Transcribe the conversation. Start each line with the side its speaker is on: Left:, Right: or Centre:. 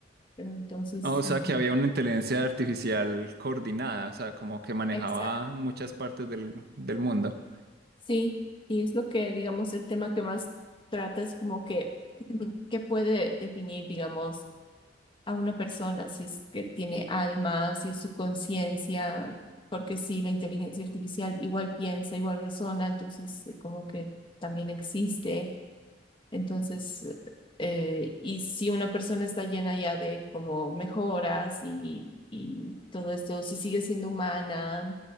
Left: Entonces,
Right: Ah, O sea,
Left: mm,
Right: que había una inteligencia artificial coordinada, o sea, como que manejaba
Left: exacto.
Right: muchas partes del, del mundo.
Left: Sí, y es lo que, digamos, el tema que más trata es como que, <clears throat> qué puede definir, digamos, a una persona, si es que tiene alma, si es su conciencia, porque sí, la inteligencia artificial igual piensa, igual razona, entonces eh, como que también existe. Entonces, eh, eh, y si una persona está llena ya de como mejoras y, y todo esto, si sigue siendo humana